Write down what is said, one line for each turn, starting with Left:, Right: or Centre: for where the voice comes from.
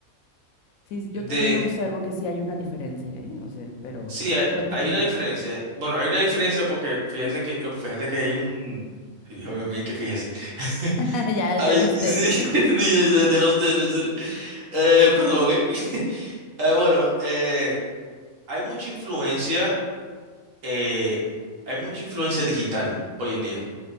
Left: Sí, yo
Right: De,
Left: también observo que sí hay una diferencia, ¿eh? O sea, pero
Right: sí,
Left: ah,
Right: hay,
Left: cuéntame
Right: hay
Left: tú.
Right: una diferencia. Bueno, hay una diferencia porque fíjese que, oh, fíjate que hay un, ay, Dios mío, que fíjese. <laughs>
Left: <laughs> Ya,
Right: Ay,
Left: ya de
Right: sí,
Left: usted.
Right: <laughs> sí, ya usted, en serio. Eh, perdón, ¿eh? <laughs> Eh, bueno, eh, hay mucha influencia, eh, hay mucha influencia digital hoy en día